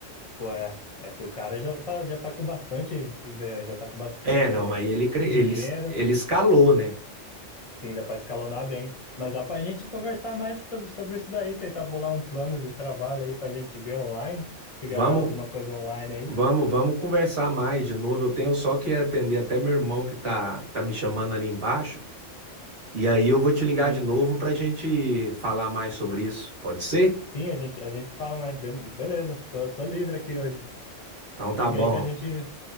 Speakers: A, on the left; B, on the right.
A: Pô, é, é que o cara já tá, já tá com bastante, eh, já tá com bastante
B: É, não, aí ele, cre-
A: dinheiro.
B: ele, es- ele escalou, né?
A: Sim, dá pra escalonar bem. Mas dá pra gente conversar mais sobre, sobre isso daí, tentar bolar um plano de trabalho aí pra gente ver online, criar
B: Vamos,
A: alguma coisa online aí.
B: vamos, vamos conversar mais de novo. Eu tenho só que atender até meu irmão que tá, tá me chamando ali embaixo. E aí eu vou te ligar
A: Sim.
B: de novo para a gente falar mais sobre isso. Pode ser?
A: Sim, a gente, a gente se fala, mas deu- beleza, tô, tô livre aqui hoje.
B: Então
A: Liga
B: tá bom.
A: aí que a gente